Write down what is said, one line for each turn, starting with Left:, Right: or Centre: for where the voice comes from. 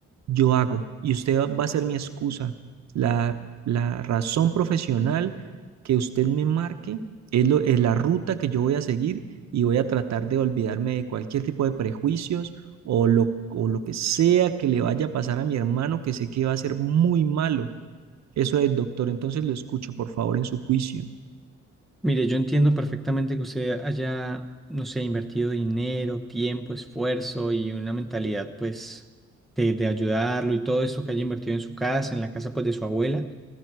Right: yo hago y usted va a ser mi excusa. La, la razón profesional que usted me marque es, lo, es la ruta que yo voy a seguir y voy a tratar de olvidarme de cualquier tipo de prejuicios o lo, o lo que sea que le vaya a pasar a mi hermano que sé que va a ser muy malo. Eso es, doctor. Entonces lo escucho, por favor, en su juicio.
Centre: Mire, yo entiendo perfectamente que usted haya, no sé, invertido dinero, tiempo, esfuerzo y una mentalidad, pues, de, de ayudarlo y todo esto que haya invertido en su casa, en la casa, pues, de su abuela.